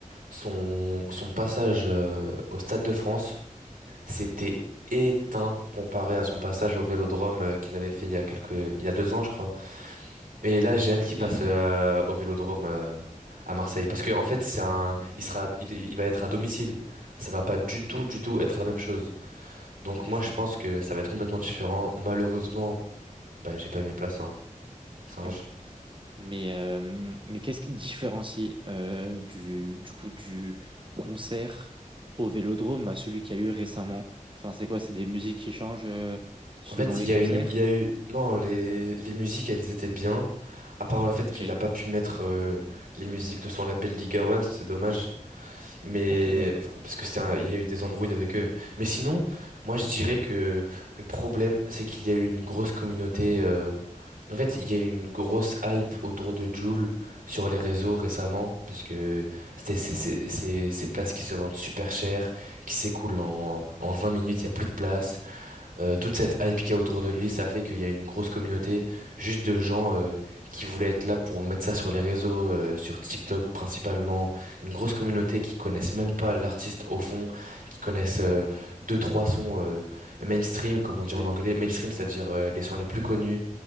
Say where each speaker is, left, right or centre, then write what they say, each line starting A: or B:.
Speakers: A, on the right; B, on the right.
A: son, son passage euh, au Stade de France, c'était éteint comparé à son passage au Vélodrome euh, qu'il avait fait il y a quelques, il y a deux ans, je crois. Et là, j'ai hâte
B: ok,
A: qu'il passe euh, au Vélodrome euh, à Marseille, parce que en fait, c'est un, il sera, il, il va être à domicile. Ça va pas du
B: ok,
A: tout, du tout être la même chose. Donc
B: ok,
A: moi,
B: je
A: je
B: comprends.
A: pense que ça va être complètement différent. Malheureusement, ben j'ai pas eu mes places, hein. Singe.
B: Ouais. Mais, euh, mais qu'est-ce qui différencie euh, du, du coup du concert au Vélodrome à celui qu'il y a eu récemment? Enfin, c'est quoi? C'est des musiques qui changent euh, selon
A: En fait,
B: les
A: il y
B: concerts?
A: a une, il y a eu, non, les, les musiques, elles étaient bien. À part le fait
B: Ok.
A: qu'il a pas pu mettre euh, les musiques de son label Liga One, ça c'est dommage. Mais
B: Ok, d'accord.
A: enfin, parce que c'est un- il y a eu des embrouilles avec eux. Mais sinon, moi je dirais que le problème, c'est qu'il y a eu une grosse communauté. euh, En fait, il y a eu une grosse hype autour de Jul sur les réseaux récemment, parce que c'est c'est- c'est- c'est- ces places qui se vendent super cher, qui s'écoulent en, en 20 minutes, il y a plus de place. Euh, toute
B: Ok.
A: cette hype qu'il y a autour de lui, ça a fait qu'il y a une grosse communauté juste de gens euh, qui voulaient être là pour mettre ça sur les réseaux, euh, sur TikTok principalement. Une grosse communauté qui connaissent même pas l'artiste au fond, qui connaissent euh, deux, trois sons euh, mainstream, comme
B: Ok.
A: on dit en anglais. Mainstream, c'est-à-dire euh, les sons les plus connus.